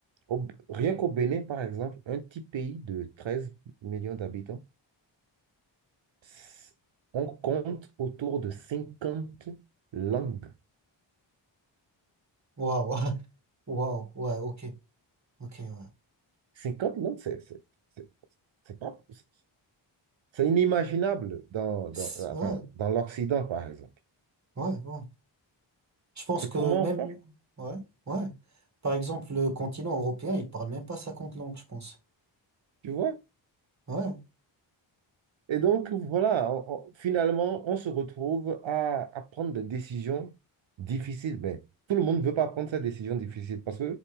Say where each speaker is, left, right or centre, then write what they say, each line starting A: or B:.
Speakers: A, on the right; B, on the right.
A: Au- rien qu'au Bénin, par exemple, un petit pays de 13 millions d'habitants, s- on compte autour de 50 langues.
B: Waouh, <laughs> waouh, ouais, ok, ok, ouais.
A: cinquante langues, c'est c'est- c'est- c'est pas, c'est c'est inimaginable dans, dans,
B: C'est-
A: enfin,
B: Ouais,
A: dans l'Occident, par exemple.
B: ouais, ouais. Je pense
A: Mais
B: que
A: comment
B: même,
A: faire?
B: ouais, ouais. Par exemple, le continent européen, il parle même pas 50 langues, je pense.
A: Tu vois?
B: Ouais,
A: Et donc, voilà, on- on- finalement, on se retrouve à, à prendre des décisions difficiles. Mais tout le monde ne veut pas prendre cette décision difficile parce